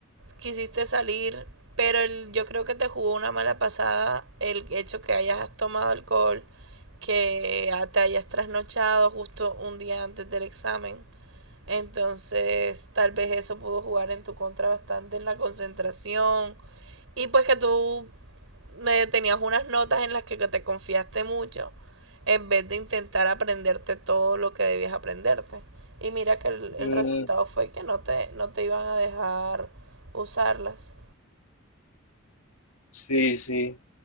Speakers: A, on the right; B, on the left.
A: quisiste salir, pero el- yo creo que te jugó una mala pasada el hecho que hayas tomado alcohol, que ah, te hayas trasnochado justo un día antes del examen. Entonces, tal vez eso pudo jugar en tu contra bastante en la concentración. Y pues que tú me tenías unas notas en las que te confiaste mucho en vez de intentar aprenderte todo lo que debías aprenderte. Y mira que el, el
B: Mm,
A: resultado fue que no te, no te iban a dejar usarlas.
B: sí, sí.